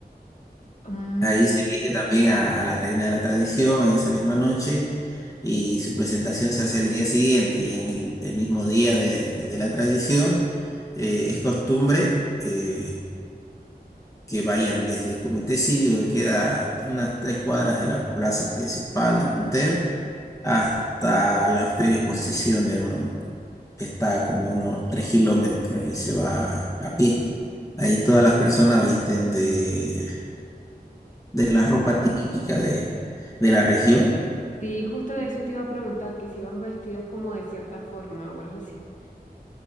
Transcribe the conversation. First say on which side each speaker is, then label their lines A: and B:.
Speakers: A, on the left (about 50°); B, on the left (about 20°).
A: Mm,
B: Ahí se elige también a, a la reina de la tradición en esa misma noche y su presentación se hace el día siguiente y en el, el mismo día de, de la tradición eh, es costumbre eh, que vayan desde el Comité Cívico que queda unas tres cuadras de la plaza principal de Montero hasta la Feria Exposición de Mo- que está como unos tres kilómetros y se va a pie. Ahí todas las personas visten de, de la ropa típica de, de la región.
A: sí, justo de eso te iba a preguntar, que si iban vestidos como de cierta forma o algo así.